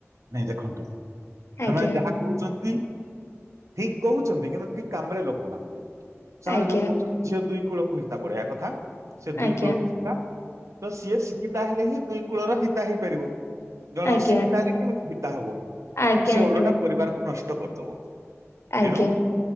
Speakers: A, on the right; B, on the left.
A: ନାଇଁ ଦେଖନ୍ତୁ ସେମାନେ
B: ଆଜ୍ଞା
A: ଯାହା କହୁଚନ୍ତି ଠିକ କହୁଚନ୍ତି କିନ୍ତୁ ଠିକ କାମରେ ଲଗଉ ନାହାନ୍ତି। ସେମାନେ
B: ଆଜ୍ଞା
A: ଯୋଉ କହୁଛନ୍ତି ଝିଅ ଦୁଇ କୂଳକୁ ହିତା ବଢିଆ କଥା ସେ ଦୁଇ
B: ଆଜ୍ଞା
A: କୂଳକୁ ହିତା ସିଏ ଶିକ୍ଷିତା ହେଲେ ହିଁ ଦୁଇ କୂଳର ହିତା ହେଇପାରିବ ଜଣେ
B: ଆଜ୍ଞା
A: ଅଶିକ୍ଷିତା ହେଲେ କେମିତି ହିତା ହବ
B: ଆଜ୍ଞା
A: ସେ
B: ଆଜ୍ଞା ଆଜ୍ଞା
A: ଓଲଟା ପରିବାରକୁ ନଷ୍ଟ କରିଦବ
B: ଆଜ୍ଞା
A: ଏଣୁ